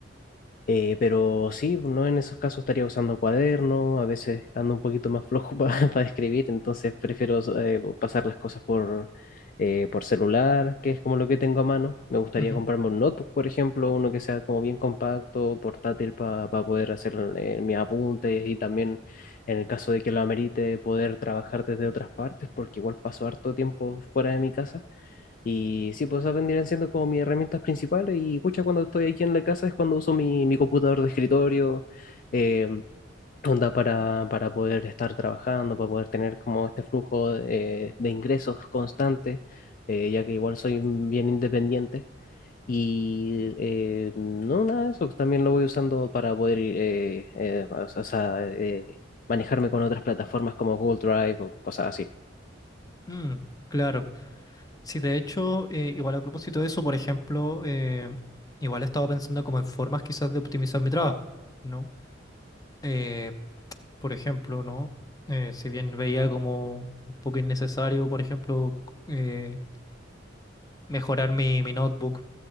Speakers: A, on the left; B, on the left.
A: Eh, pero sí, no en esos casos estaría usando cuaderno, a veces ando un poquito más flojo <laughs> para escribir, entonces prefiero eh, pasar las cosas por, eh, por celular, que es como lo que tengo a mano. Me gustaría
B: Ujú.
A: comprarme un notebook, por ejemplo, uno que sea como bien compacto, portátil para poder hacer eh, mis apuntes y también en el caso de que lo amerite poder trabajar desde otras partes, porque igual paso harto tiempo fuera de mi casa. Y sí, pues esas vendrían siendo como mis herramientas principales y pucha, cuando estoy aquí en la casa es cuando uso mi, mi computador de escritorio, eh, onda para, para poder estar trabajando, para poder tener como este flujo eh, de ingresos constante, eh, ya que igual soy bien independiente. Y eh, no, nada de eso, pues, también lo voy usando para poder eh, eh, o sea, eh, manejarme con otras plataformas como Google Drive o cosas así.
B: Mm, claro. Sí, de hecho, eh, igual a propósito de eso, por ejemplo, eh, igual he estado pensando como en formas quizás de optimizar mi trabajo, ¿no? Eh, por ejemplo, ¿no? Eh, si bien veía como un poco innecesario, por ejemplo, eh, mejorar mi, mi notebook,